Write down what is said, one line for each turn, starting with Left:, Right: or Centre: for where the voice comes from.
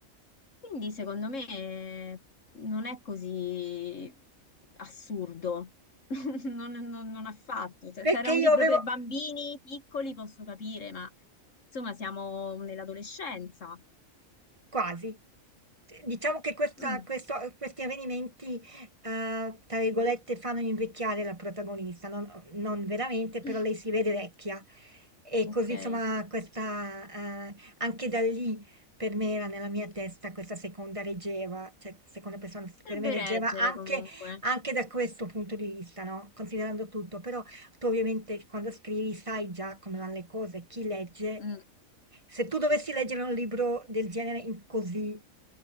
Left: Quindi secondo me non è così assurdo, <laughs> non, non, non affatto. Se
Right: Perché
Left: se era un
Right: io
Left: libro
Right: avevo,
Left: per bambini piccoli posso capire, ma insomma siamo nell'adolescenza.
Right: Quasi. Diciamo che questa-
Left: Mm.
Right: questo- questi avvenimenti, eh, tra virgolette, fanno invecchiare la protagonista, non, non veramente, però
Left: <laughs>
Right: lei si vede vecchia. E
Left: Ok,
Right: così, insomma, questa, eh, anche da lì per me era nella mia testa questa seconda reggeva, cioè seconda persona
Left: potrebbe
Right: per me reggeva
Left: reggere
Right: anche,
Left: comunque.
Right: anche da questo punto di vista, no? Considerando tutto, però tu ovviamente quando scrivi sai già come vanno le cose, chi legge.
Left: Mm.
Right: Se tu dovessi leggere un libro del genere in così,